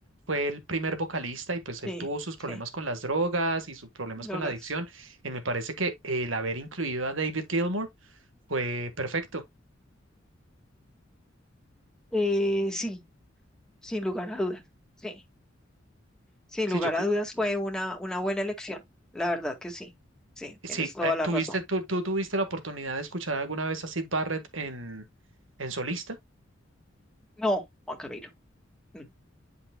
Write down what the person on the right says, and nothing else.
fue el primer vocalista y pues él
tuvo sus problemas
con las drogas y sus problemas
con la adicción. Y me parece que el haber incluido a David Gilmour fue perfecto.
Sí,
yo,
Sí,
eh,
¿tuviste,
tú, tú tuviste la oportunidad de escuchar alguna vez a Sid Barrett en, en solista?